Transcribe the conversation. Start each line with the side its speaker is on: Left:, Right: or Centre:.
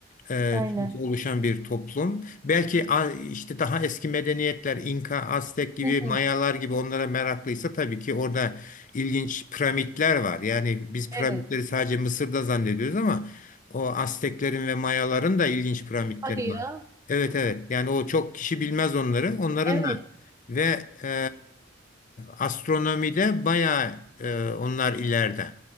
Left: e,
Right: aynen.
Left: çünkü oluşan bir toplum. Belki a- işte daha eski medeniyetler, İnka, Aztek gibi,
Right: Hı
Left: Mayalar
Right: hı,
Left: gibi onlara meraklıysa tabii ki orada ilginç piramitler var. Yani biz piramitleri
Right: Evet.
Left: sadece Mısır'da zannediyoruz ama o Azteklerin ve Mayaların da ilginç piramitleri
Right: Hadi
Left: var.
Right: ya.
Left: Evet evet. Yani o çok kişi bilmez onları. Onların
Right: Evet.
Left: da ve e, astronomide bayağı e, onlar ileride.